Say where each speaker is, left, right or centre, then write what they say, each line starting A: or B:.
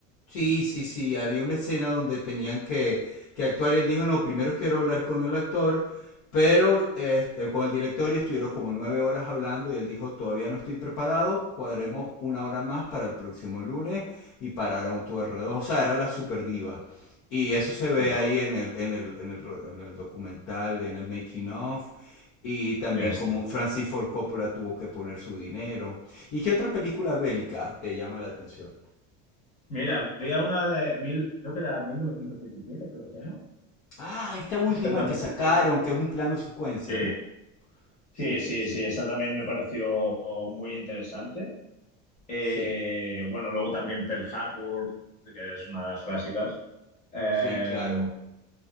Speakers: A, on the left; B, on the left.
A: Sí, sí, sí, había una escena donde tenían que, que actuar y él dijo, no, primero quiero hablar con el actor, pero este, con el director y estuvieron como nueve horas hablando y él dijo, todavía no estoy preparado, cuadremos una hora más para el próximo lunes y pararon todo alrededor, o sea, era la super diva. Y eso se ve
B: Buah,
A: ahí en el, en el, en el, ro- en el documental, en el making of. Y también
B: qué bestia.
A: como Francis Ford Coppola tuvo que poner su dinero. ¿Y qué otra película bélica te llama la atención?
B: Mira, había una de mil, creo que era 1917, creo que se llama,
A: Ah, esta última
B: que esta es más
A: que
B: reciente.
A: sacaron, que es un plano secuencia,
B: Sí,
A: ¿no? Sí,
B: sí,
A: sí,
B: sí,
A: sí.
B: sí, esa también me pareció muy interesante. Eh,
A: Sí,
B: bueno, luego también Pearl Harbor, que es una de las clásicas. Eh,
A: sí, claro.